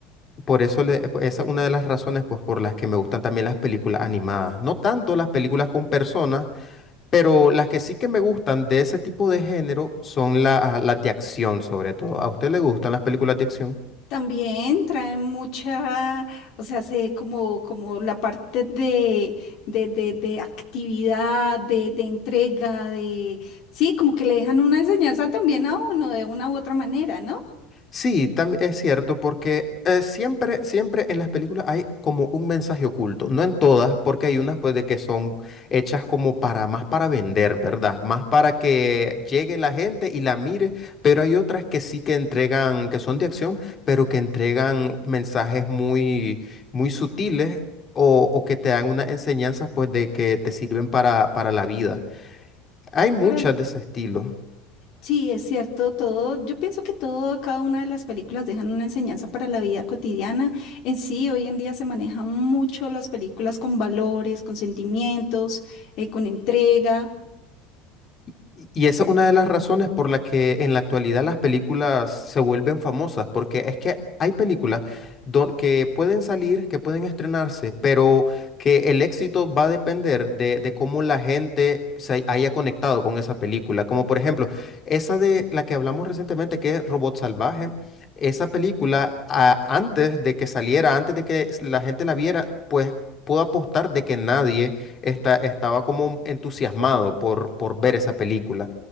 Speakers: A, on the left; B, on the left.
A: Por eso le- eh, esa es una de las razones pues, por las que me gustan también las películas animadas. No tanto las películas con personas, pero las que sí que me gustan de ese tipo de género son la- las de acción sobre todo. ¿A usted le gustan las películas de acción?
B: También traen mucha, o sea, se como, como la parte de, de, de, de actividad, de, de entrega, de, sí, como que le dejan una enseñanza también a uno de una u otra manera, ¿no?
A: Sí, también es cierto, porque eh, siempre, siempre en las películas hay como un mensaje oculto. No en todas, porque hay unas pues de que son hechas como para más para vender, ¿verdad? Más para que llegue la gente y la mire, pero hay otras que sí que entregan, que son de acción, pero que entregan mensajes muy, muy sutiles. O, o que te dan unas enseñanzas pues de que te sirven para, para la vida. Hay muchas
B: Para el-
A: de ese estilo.
B: sí, es cierto, todo, yo pienso que todo, cada una de las películas dejan una enseñanza para la vida cotidiana. En sí, hoy en día se manejan mucho las películas con valores, con sentimientos, eh, con entrega.
A: Y y esa es una de las razones por la que en la actualidad las películas se vuelven famosas, porque es que hay películas do- que pueden salir, que pueden estrenarse, pero que el éxito va a depender de, de cómo la gente se haya conectado con esa película. Como por ejemplo, esa de la que hablamos recientemente, que es Robot Salvaje, esa película a- antes de que saliera, antes de que la gente la viera, pues pudo apostar de que nadie esta- estaba como entusiasmado por, por ver esa película.